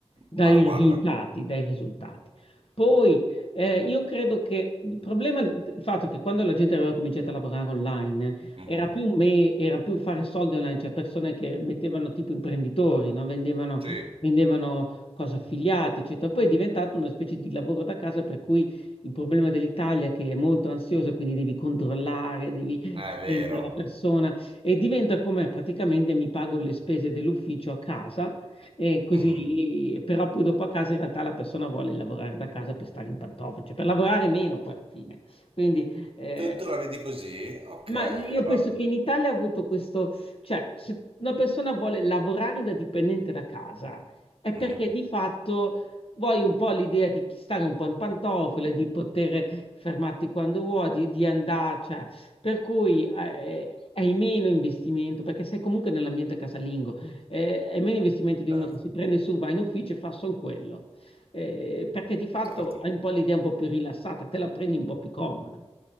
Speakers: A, on the left; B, on the right.
A: Dai
B: ma
A: risultati,
B: guarda,
A: dai risultati. Poi eh, io credo che il problema, il fatto che quando la gente aveva cominciato a lavorare online
B: mhm,
A: era più, me, era più fare soldi online, cioè persone che mettevano tipo imprenditori, no? Vendevano,
B: Sì,
A: vendevano cose affiliate, eccetera. Poi è diventato una specie di lavoro da casa per cui il problema dell'Italia è che è molto ansiosa, quindi devi controllare, devi
B: è vero.
A: sempre la persona e diventa come praticamente mi pago le spese dell'ufficio a casa e così,
B: Mm.
A: però poi dopo a casa in realtà la persona vuole lavorare da casa per stare in pantofole, cioè per lavorare meno poi alla fine. Quindi eh,
B: Tu, tu la vedi così? Ok,
A: ma io
B: guarda.
A: penso che in Italia ha avuto questo, cioè se una persona vuole lavorare da dipendente da casa è
B: Mhm,
A: perché di fatto vuoi un po' l'idea di stare un po' in pantofole, di poter fermarti quando vuoi, di, di andare, cioè, per cui eh, hai meno investimento, perché sei comunque nell'ambiente casalingo, eh, hai meno investimento di
B: Certo,
A: uno che si prende su, va in ufficio e fa solo quello, Eh, perché di fatto
B: certo.
A: hai un po' l'idea un po' più rilassata, te la prendi un po' più comoda.